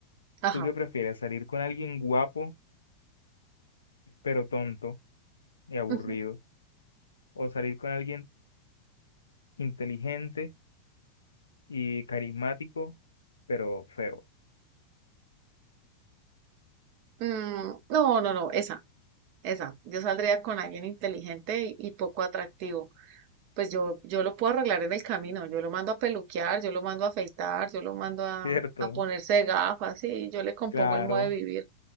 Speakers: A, on the right (about 45°); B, on the left (about 75°).
A: Ajá.
B: ¿Tú qué prefieres? ¿Salir con alguien guapo, pero tonto y aburrido?
A: ujú.
B: ¿O salir con alguien inteligente y carismático, pero feo?
A: Mm, no, no, no, esa. Esa, yo saldría con alguien inteligente y, y poco atractivo. Pues yo, yo lo puedo arreglar en el camino, yo lo mando a peluquear, yo lo mando a afeitar, yo lo mando a,
B: <laughs> ¿Cierto?
A: a ponerse gafas, y yo le compongo
B: Claro,
A: el modo de vivir.